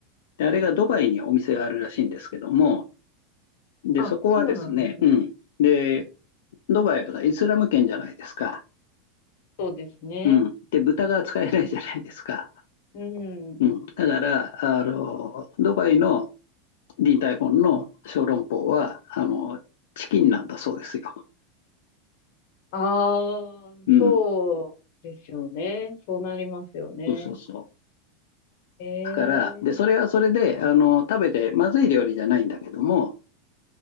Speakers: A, on the left; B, on the left.
A: で、あれがドバイにお店があるらしいんですけども、で、
B: あ、
A: そこはですね、
B: そうなんですね。
A: うん。で、ドバイはイスラム圏じゃないですか。
B: そうですね。
A: うん。で、豚が使えないじゃないですか。
B: うん。
A: うん。だから、あの、ドバイのリー・タイフォンの小籠包は、あの、チキンなんだそうですよ。
B: ああ、
A: うん。
B: そうですよね。そうなりますよね。
A: そうそうそう。
B: ええ、
A: だから、で、それはそれで、あの、食べてまずい料理じゃないんだけども、